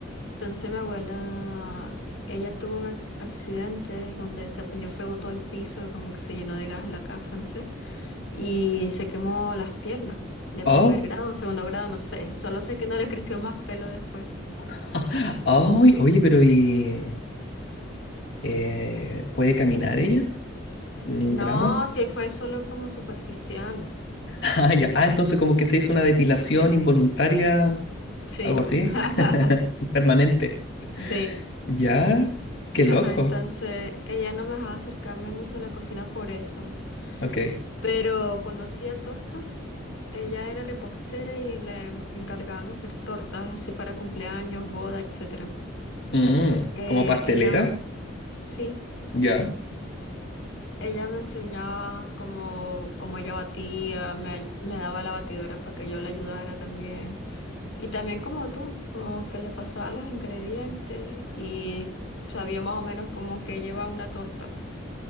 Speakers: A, on the left; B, on the left.
A: entonces mi abuela, ella tuvo un ac- accidente donde se prendió fuego todo el piso, como que se llenó de gas la casa, no sé, y se quemó las piernas de
B: Oh,
A: primer grado, segundo grado, no sé, solo sé que no le creció más pelo después.
B: <laughs> ay, oye, pero ¿y eh, puede caminar ella? ¿Ni
A: No,
B: un drama?
A: sí
B: <laughs>
A: fue solo como superficial.
B: Ah, ya. Ah, entonces como que se hizo una depilación involuntaria,
A: Sí,
B: algo así,
A: <laughs>
B: <laughs> permanente.
A: sí.
B: Ya, qué loco.
A: Ajá, entonces ella no me dejaba acercarme mucho a la cocina por eso.
B: Ok.
A: Pero cuando hacía tortas, ella era repostera y le em- encargaban hacer tortas así para cumpleaños, boda, etcétera.
B: Mm,
A: Eh,
B: como pastelera.
A: ella, sí,
B: Ya,
A: ella me enseñaba cómo, cómo ella batía, me, ay- me daba la batidora para que yo la ayudara también. Y también como tú, como que le pasaba los ingredientes y sabía más o menos como que lleva una torta.